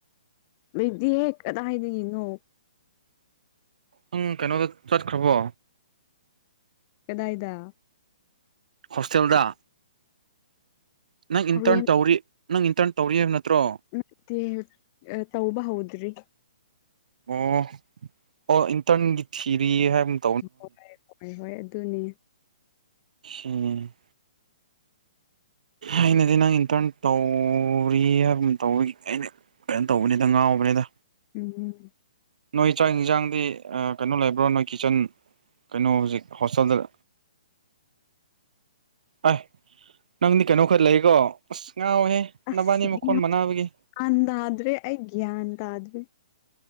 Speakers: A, on the left; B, on the right.
A: ꯂꯩꯇꯦꯍꯦ ꯀꯗꯥꯏꯗꯒꯤꯅꯣ
B: ꯅꯪ ꯀꯩꯅꯣꯗ ꯆꯠꯈ꯭ꯔꯕꯣ
A: ꯀꯗꯥꯏꯗ
B: ꯍꯣꯁꯇꯦꯜꯗ ꯅꯪ ꯏꯟꯇꯔꯟ
A: ꯍꯣꯔꯦꯟ
B: ꯇꯧꯔꯤ ꯅꯪ ꯏꯟꯇꯔꯟ ꯇꯧꯔꯤꯕ ꯅꯠꯇ꯭ꯔꯣ
A: ꯅꯠꯇꯦ ꯇꯧꯕ ꯍꯧꯗ꯭ꯔꯤ
B: ꯑꯣ ꯑꯣ ꯏꯟꯇꯔꯟꯒꯤ ꯊꯤꯔꯤ ꯍꯥꯏꯕ
A: ꯍꯣꯏ ꯍꯣꯏ ꯍꯣꯏ ꯑꯗꯨꯅꯤ
B: ꯎꯝ ꯑꯩꯅꯗꯤ ꯅꯪ ꯏꯟꯇꯔꯟ ꯇꯧꯔꯤ ꯍꯥꯏꯕ ꯇꯧꯋꯒꯤ ꯑꯩꯅ ꯀꯩꯅꯣ ꯇꯧꯕꯅꯤꯗ ꯉꯥꯎꯕꯅꯤꯅ
A: ꯎꯝ
B: ꯅꯣꯏ ꯆꯥꯛ ꯌꯦꯟꯁꯥꯡꯗꯤ ꯀꯩꯅꯣ ꯂꯩꯕ꯭ꯔꯣ ꯅꯣꯏ ꯀꯤꯠꯆꯟ ꯀꯩꯅꯣ ꯍꯧꯖꯤꯛ ꯍꯣꯁꯇꯦꯜꯗ
A: <inaudible>
B: ꯑꯥꯏ ꯅꯪꯗꯤ ꯀꯩꯅꯣ ꯈꯔ ꯂꯩꯀꯣ ꯑꯁ ꯉꯥꯎꯋꯦꯍꯦ
A: ꯑꯁ
B: ꯅꯕꯥꯅꯤ ꯃꯈꯣꯟ
A: ꯒ꯭ꯌꯥꯟ
B: ꯃꯅꯕꯒꯤ
A: ꯇꯥꯗ꯭ꯔꯦ ꯑꯩ ꯒꯌꯥꯟ ꯇꯥꯗ꯭ꯔꯦ